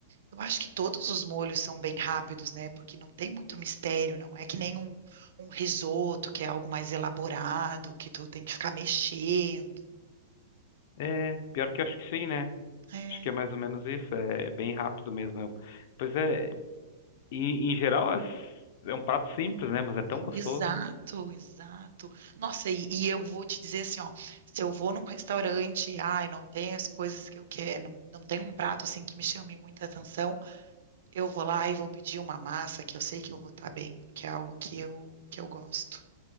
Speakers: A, on the right (about 70°); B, on the left (about 50°).
A: eu acho que todos os molhos são bem rápidos, né? Porque não tem muito mistério, não é que nem um, um risoto, que é algo mais elaborado, que tu tem que ficar mexendo.
B: É, pior que eu acho que sim, né?
A: É.
B: Acho que é mais ou menos isso, é é bem rápido mesmo. Eu- Pois é, em, em geral é, s- é um prato simples, né? Mas é tão gostoso.
A: Exato, exato. Nossa, e, e eu vou te dizer assim, ó, se eu vou num restaurante e, ai, não tem as coisas que eu quero, não, não tem um prato assim que me chame muita atenção, eu vou lá e vou pedir uma massa que eu sei que eu vou estar bem, porque é algo que eu, que eu gosto.